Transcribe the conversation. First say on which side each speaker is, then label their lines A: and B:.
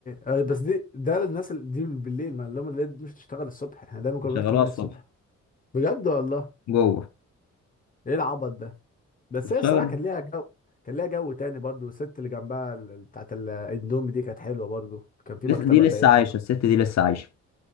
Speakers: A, on the left (about 25°); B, on the left (about 60°).
A: آه، بس دي ده للناس ال- دي بالليل ما اللي هم اللي مش تشتغل الصبح احنا دايما كنا
B: شغلوها
A: بنروح 8
B: الصبح
A: الصبح بجد والله
B: جوه
A: ايه العبط ده بس
B: والشجرة
A: هي الصراحه كان ليها جو كان ليها جو تاني برضو الست اللي جنبها ال- بتاعت ال- الاندومي دي كانت حلوه برضو كان في
B: لسه
A: مكتبه
B: دي لسه
A: باين
B: عايشة الست دي لسه عايشة